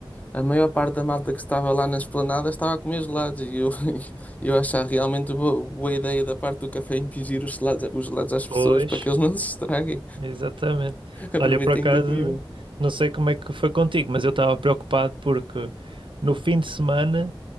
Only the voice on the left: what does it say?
a maior parte da malta que estava lá na esplanada estava a comer gelados. E eu, <laughs> eu achava realmente boa, boa ideia da parte do café impingir os gelados, os gelados às pessoas
para que eles não se estraguem.
<laughs> aproveitei
e ainda comi um.